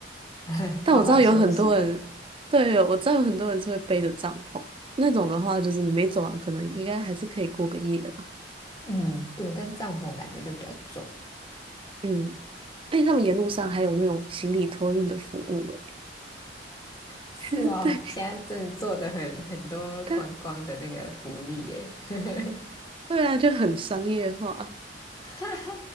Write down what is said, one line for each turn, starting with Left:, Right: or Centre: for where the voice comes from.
Left: <laughs> 好好休息。
Right: 但我知道有很多人，对，我知道有很多人是会背着帐篷，那种的话就是你没走完，可能应该还是可以过个夜吧。
Left: 嗯，对，但帐篷感觉就比较重。
Right: 嗯，而且他们沿路上还有那种行李托运的服务、欸，
Left: 是哦，
Right: <laughs> 对，
Left: 现在真的做的很很多观光的那个福利耶，
Right: 他
Left: <laughs>
Right: 对啊，就很商业化。
Left: 哈哈，